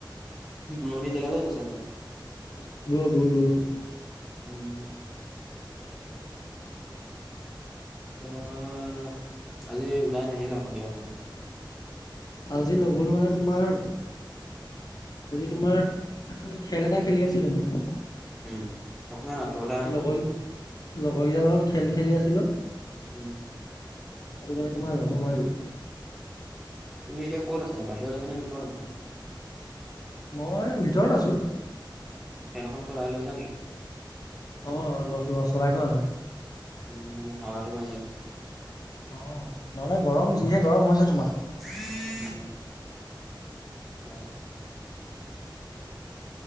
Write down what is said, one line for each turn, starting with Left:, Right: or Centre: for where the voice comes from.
Centre: দুৰণি জেগালৈ গৈছে মানে।
Left: <unintelligible>
Centre: উম। অ', আজি ওলাই নাহিলা সন্ধিয়া সময়ত।
Left: আজি নগ'লো মানে তোমাৰ আজি তোমাৰ খেল এটা খেলি আছিলো মানে।
Centre: উম অকমান আঁতৰলে আহাচোন।
Left: লগৰ লগৰ কেইটাৰ লগত খেল খেলি আছিলো।
Centre: উম।
Left: সেইটো কাৰণে তোমাৰ যাব নোৱাৰিলো।
Centre: তুমি এতিয়া ক'ত আছা বাহিৰত আছা নে ভিতৰত আছা?
Left: মই ভিতৰত আছো।
Centre: ফেনখন চলাই লৈছা নি?
Left: অ', ল-ল চলাই থোৱা আছে।
Centre: উম, মানে হাৱাটো মাৰি আছে।
Left: অ', নহ'লে গৰম যিহে গৰম হৈছে। তোমাৰ
Centre: উম। অ'।